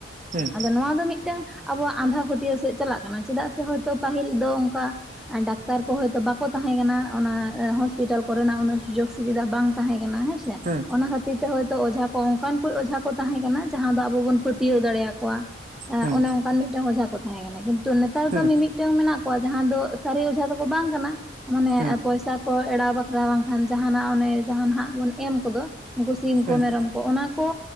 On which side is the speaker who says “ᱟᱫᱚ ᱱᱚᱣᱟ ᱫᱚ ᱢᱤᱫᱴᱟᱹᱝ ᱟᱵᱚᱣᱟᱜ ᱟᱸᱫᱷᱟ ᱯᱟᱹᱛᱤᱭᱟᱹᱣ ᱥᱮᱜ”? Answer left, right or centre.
Centre